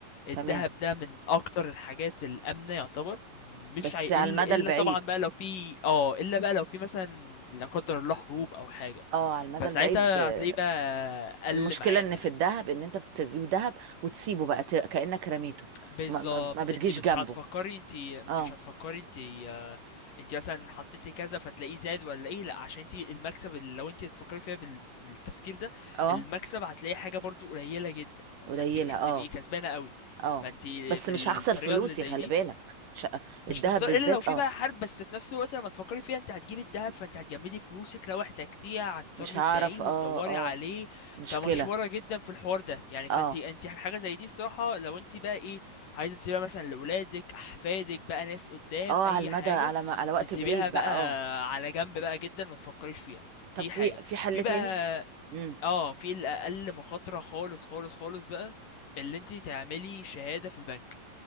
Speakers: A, on the left (about 75°); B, on the right (about 70°).
A: الذهب
B: تمام
A: ده من اكتر الحاجات الامنة يعتبر مش
B: بس
A: هيقل
B: على المدى
A: الا
B: البعيد
A: طبعا بقى لو في اه الا بقى لو في مثلا لا قدر الله حروب او حاجة
B: اه على المدى
A: فساعتها
B: البعيد آه،
A: هتلاقيه بقى قل
B: المشكلة
A: معانا
B: ان
A: يعني
B: في الذهب ان انت بتجيب ذهب وتسيبه بقى ت- كأنك رميته
A: بالظبط
B: ما, ما ما بتجيش
A: انت مش
B: جنبه
A: هتفكري انت انت
B: اه
A: مش هتفكري انت آه، انت مثلا حطيتي كذا فتلاقيه زاد ولا ايه لا عشان انت المكسب اللي لو انت بتفكري فيها بال... بالتفكير ده
B: اه
A: المكسب هتلاقي حاجه برضو قليله جدا ف... فانت
B: قليلة
A: مش هتبقي
B: اه
A: كسبانه قوي
B: اه
A: فانت
B: بس
A: في
B: مش
A: الطريقه
B: هخسر فلوسي
A: اللي زي
B: خلي
A: دي
B: بالك مش ه-
A: مش
B: الذهب
A: هتخسر
B: بالذات
A: الا لو في
B: اه
A: بقى حرب بس في نفس الوقت لما تفكري فيها انت هتجيبي الذهب فانت هتجمدي فلوسك لو احتجتيها هتضطري
B: مش هعرف
A: تبيعيه وتدوري
B: اه اه
A: عليه
B: مشكلة
A: فمشوره جدا في الحوار ده يعني فانت
B: اه
A: انت حاجه زي دي الصراحه لو انت بقى ايه عايزه تسيبيها مثلا لاولادك احفادك بقى ناس قدام
B: اه
A: اي
B: على المدى
A: حاجه
B: على ما على وقت
A: تسيبيها
B: بعيد
A: بقى
B: بقى اه
A: على جنب بقى جدا ما تفكريش فيها دي
B: طب في
A: حاجه
B: في حل
A: في بقى
B: تاني امم
A: اه في الاقل مخاطره خالص خالص خالص بقى اللي انت تعملي شهاده في البنك